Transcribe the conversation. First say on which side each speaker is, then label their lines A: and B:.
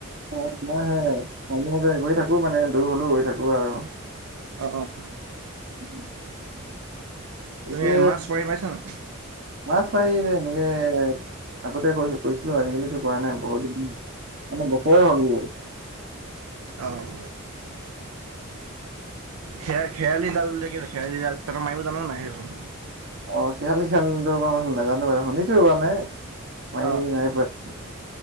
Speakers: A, on the right; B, on the right.
A: অ মই সে মানুহতে গৈ থাকো মানে দূৰ হলেও গৈ থাকো আৰু
B: অ অহ
A: <unintelligible> পিছে
B: তুমি মাছ মাৰি পাইছা নাই
A: মাছ মাৰি প সনেকে আগতে কৈছো কৈছিলো আজিকালি কৈ পোৱা নাই বহুত দিন <inaudible> <unintelligible>
B: অঁ <unintelligible> খে খেয়ালি জাল বুলি কৈছে খেয়ালি জাল তহঁতে মাৰিব জানো নাই সেইবোৰ?
A: অ খেয়ালি জালটো বাৰু নাজানো বাৰু শুনিছো মানে, মাৰি
B: অ',
A: নাইপোৱা।